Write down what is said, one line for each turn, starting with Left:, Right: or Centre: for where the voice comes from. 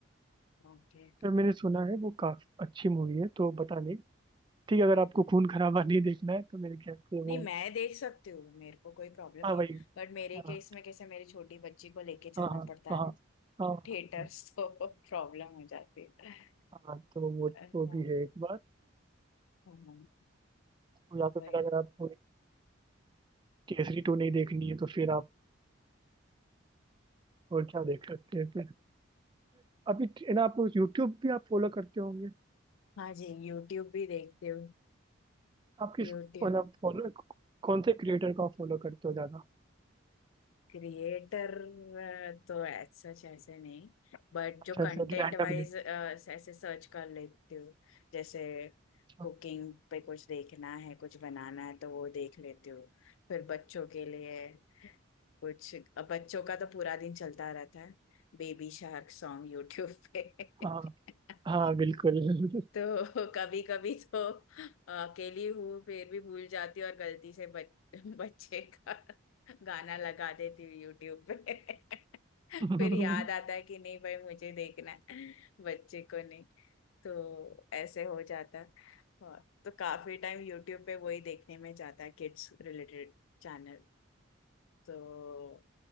Left: ओके
Right: पर मैंने सुना है वो काफी अच्छी मूवी है तो पता नहीं ठीक है अगर आपको खून खराबा नहीं देखना है तो मेरे ख्याल से वो
Left: नहीं मैं देख सकती हूँ मेरे को कोई प्रॉब्लम
Right: हाँ
Left: नहीं
Right: भाई
Left: है बट मेरे
Right: हाँ
Left: केस में कैसे मेरी छोटी बच्ची को लेके जाना
Right: हाँ हाँ
Left: पड़ता है
Right: हाँ
Left: ना
Right: हाँ
Left: थिएटर्स
Right: हाँ
Left: तो <laughs> प्रॉब्लम हो जाती है <laughs>
Right: हाँ, तो वो
Left: हाँ
Right: वो
Left: हाँ
Right: भी है एक बात
Left: हाँ
Right: तो या तो
Left: वही।
Right: फिर अगर आपको केसरी टू नहीं देखनी है तो फिर आप और क्या देख सकते हैं फिर अभी ना आप यूट्यूब भी आप फॉलो करते होंगे
Left: हाँ जी यूट्यूब भी देखती हूँ
Right: आप किस
Left: यूट्यूब
Right: मतलब फॉलो कौन से क्रिएटर को फॉलो करते हो ज्यादा
Left: क्रिएटर तो एज सच ऐसे नहीं बट
Right: अच्छा
Left: जो कंटेंट
Right: ऐसे रैंडमली
Left: वाइज ऐसे सर्च कर लेती हूँ जैसे
Right: अच्छा
Left: कुकिंग पे कुछ देखना है कुछ बनाना है तो वो देख लेती हूँ फिर बच्चों के लिए कुछ अब बच्चों का तो पूरा दिन चलता रहता है बेबी शार्क सॉन्ग यूट्यूब पे <laughs>
Right: हाँ हाँ बिल्कुल <laughs>
Left: तो <laughs> कभी कभी तो अकेली हूँ फिर भी भूल जाती हूँ और गलती से बच, <laughs> बच्चे का गाना लगा देती हूँ यूट्यूब पे <laughs>
Right: हम्म,
Left: फिर याद आता है कि नहीं भाई मुझे देखना है बच्चे को नहीं तो ऐसे हो जाता है और तो काफी टाइम यूट्यूब पे वही देखने में जाता है किड्स रिलेटेड चैनल तो